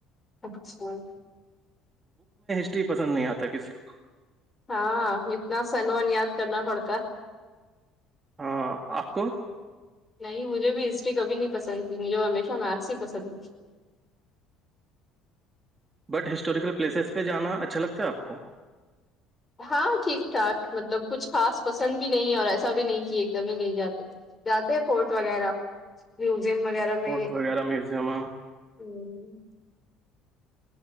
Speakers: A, on the left (about 15°); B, on the right (about 20°).
A: اکول
B: اسٹی پسند نہیں آتا کسی کو
A: ہاں اتنا سنوان یاد کرنا پڑتا ہے
B: ہاں آ کوو
A: نہیں مجھے بھی ہسٹری کبھی نہیں پسند تھی مجھے وہ ہمیشہ میتھس ہی پسند تھی
B: بٹ ہسٹوریکل پلیسز پہ جانا اچھا لگتا ہے آپ کو
A: ہاں ٹھیک ٹھاک مطلب کچھ خاص پسند بھی نہیں ہے اور ایسا بھی نہیں کہ ایک دم ہی نہیں جاتے جاتے ہیں فورٹ وغیرہ میوزیم وغیرہ میں
B: کوورٹ وغیرہ میوزیم
A: ہوں